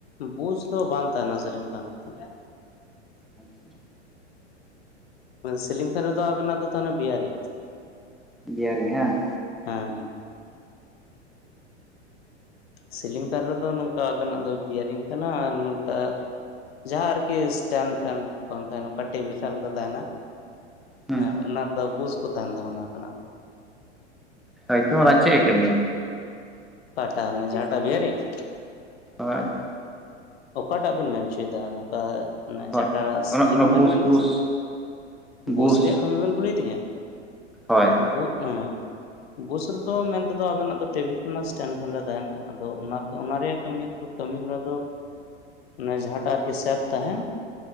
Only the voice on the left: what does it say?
ᱵᱩᱥ ᱫᱚ ᱵᱟᱝᱟ ᱛᱟᱦᱮᱸᱱᱟ ᱥᱤᱞᱤᱝ ᱯᱷᱮᱟᱱ ᱨᱮ ᱫᱚ᱾
ᱥᱤᱞᱤᱝ ᱯᱷᱮᱱ ᱨᱮ ᱫᱚ ᱟᱵᱮᱱᱟᱜ ᱫᱚ ᱛᱟᱦᱚᱱᱟ ᱵᱮᱭᱟᱨᱤᱝ ᱾
ᱦᱮᱸ ᱦᱮᱸ᱾ ᱥᱤᱞᱤᱝ ᱯᱷᱮᱱ ᱨᱮᱫᱚ ᱱᱚᱝᱠᱟ ᱟᱵᱮᱱᱟᱜ ᱫᱚ ᱵᱤᱭᱟᱨᱤᱝ ᱛᱟᱦᱮᱸᱱᱟ ᱟᱨ ᱱᱚᱝᱠᱟ ᱡᱟᱦᱟᱸ ᱟᱨᱠᱤ ᱤᱥᱴᱮᱱ ᱯᱷᱮᱱ ᱵᱟᱝᱠᱷᱟᱡ ᱱᱝᱠᱟ ᱴᱤᱵᱤ ᱯᱷᱮᱱ ᱠᱚ ᱛᱟᱦᱮᱸᱱᱟ
ᱮᱸ ᱚᱱᱟ ᱫᱚ ᱵᱩᱥ ᱠᱚ ᱛᱟᱦᱮᱸᱱ ᱫᱚ ᱚᱱᱟ ᱵᱮᱱᱟᱜ᱾
ᱚᱠᱟᱴᱟ ᱚᱱᱮ ᱡᱟᱸᱦᱟᱴᱟᱜ ᱵᱤᱭᱟᱨᱤᱸᱝ?
ᱚᱠᱟᱴᱟᱜ ᱵᱮᱱ ᱢᱮᱱ ᱦᱚᱪᱚᱭᱮᱫᱟ ᱱᱚᱝᱠᱟ ᱢᱟᱱᱮ
ᱡᱟᱦᱟᱸᱴᱟᱜ ᱥᱤᱞᱤᱝ
ᱵᱮᱱ
ᱢᱮᱱᱫᱟ
ᱵᱳᱥ
ᱨᱮᱭᱟᱜ ᱠᱟᱹᱢᱤ ᱵᱮᱱ ᱠᱩᱞᱤ ᱤᱫᱤᱧᱟ?
<unintelligible> ᱵᱩᱥ ᱨᱮᱫᱚ ᱢᱮᱱᱛᱮᱫᱚ ᱟᱵᱮᱱᱟᱜ ᱫᱚ ᱴᱮᱵᱤᱞ ᱯᱷᱮᱱ ᱥᱴᱮᱱᱰ ᱯᱷᱮᱱ ᱨᱮ ᱛᱟᱦᱮᱸᱱᱟ, ᱟᱫᱚ ᱚᱱᱟ ᱚᱱᱟ ᱨᱮᱭᱟᱜ ᱠᱟᱹᱢᱤ ᱫᱚ ᱠᱟᱹᱢᱤ ᱦᱚᱨᱟ ᱫᱚ ᱚᱱᱮ ᱡᱟᱦᱟᱸᱴᱟᱜ ᱟᱨᱠᱤ ᱥᱮᱯ ᱛᱟᱦᱮᱸᱱ᱾